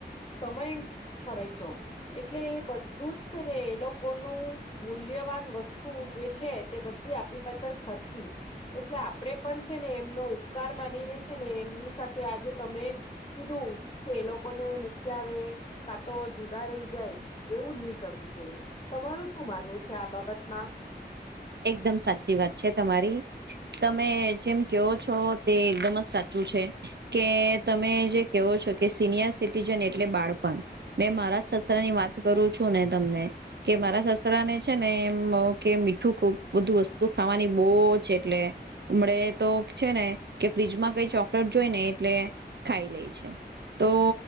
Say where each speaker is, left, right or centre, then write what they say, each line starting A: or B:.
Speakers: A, on the left; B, on the right.
A: સમય ખરેર્ચો, એટલે એ બધું જ છે ને એ લોકોનું મૂલ્યવાન વસ્તુ જે છે તે બધી આપડી પાછળ ખર્ચી, એટલે આપણેે પણ છે ને એમનો ઉપકાર માનીને છે ને એમની સાથે આજે તમે કીધું કે એ લોકોને મૂક્યાવે, કાતો જુદા રહી જાય એવું ની કરવું જોઈએ, તમારું શું માનવું છે, આ બાબતમાં?
B: એકદમ સાચી વાત છે તમારી. તમે જેમ કેવો છો તે એકદમ જ સાચું છે, કે તમે જે કેહો છો કે સિનિયર સિટીજન એટલે બાળપણ, મેં મારા સસરા ની વાત કરું છું ને તમને કે મારા સસરા ને છે ને એમ કે મીું ખ બધું વસ્તુ ખાવાની બહુ જ એટલે હમડે તો છે ને કે ફ્રીજમાં કઈ ચોકલેટ જોઈ ને એટલે ખાઈ લે છે, તો